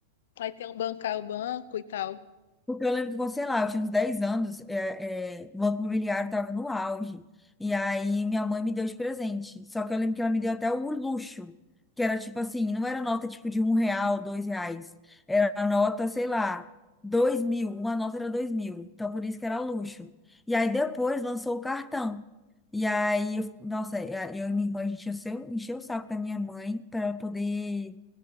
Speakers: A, on the left (about 75°); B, in the centre.
A: Aí tem um banco, o banco e tal.
B: Porque eu lembro que você lá, eu tinha uns 10 anos, é, é, o Banco Imobiliário estava no auge. E aí minha mãe me deu de presente. Só que eu lembro que ela me deu até o luxo, que era tipo assim, não era nota tipo de um real, dois reais. Era a nota, sei lá, dois mil. Uma nota era dois mil. Então por isso que era luxo. E aí depois lançou o cartão. E aí, eu- nossa, é, eu e minha irmã, a gente encheu, encheu o saco da minha mãe para poder